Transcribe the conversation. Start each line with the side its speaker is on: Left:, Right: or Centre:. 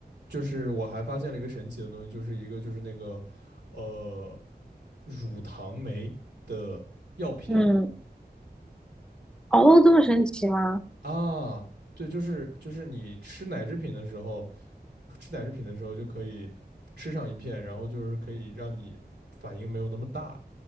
Right: 就是我还发现了一个神奇的东西，就是一个就是那个呃乳糖酶的药片。
Centre: 嗯，哦，这么神奇吗？
Right: 啊，对，就是就是你吃奶制品的时候，吃奶制品的时候就可以吃上一片，然后就是可以让你反应没有那么大，